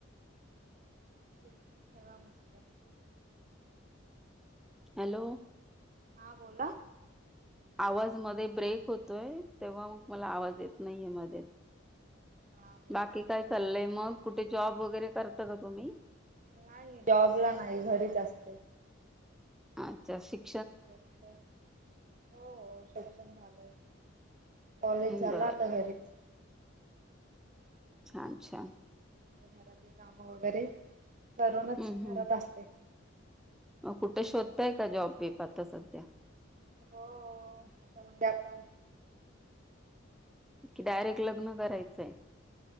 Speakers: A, on the right; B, in the centre.
A: खूप खूप फिरा मस्त.
B: हॅलो.
A: हा बोला.
B: आवाज मध्ये ब्रेक होतोय, तेव्हा मग मला आवाज येत नाहीय मध्ये.
A: हा बोला
B: बाकी
A: आता.
B: काय चाललय मग. कुठे जॉब वगैरे करता का तुम्ही?
A: नाही जॉब ला नाही घरीच असते.
B: अच्छा शिक
A: हो हो शिक्षण झालय. कॉलेज झाला
B: बर
A: आता घरीच.
B: छान-छान.
A: घरातले काम वगैरे. करूनच
B: हम्म हम्म.
A: घरात असते.
B: मग कुठे शोधताय का, जॉब-बीप आता सध्या.
A: हो अस म्हणजे आता.
B: कि डायरेक्ट लग्न करायचंय?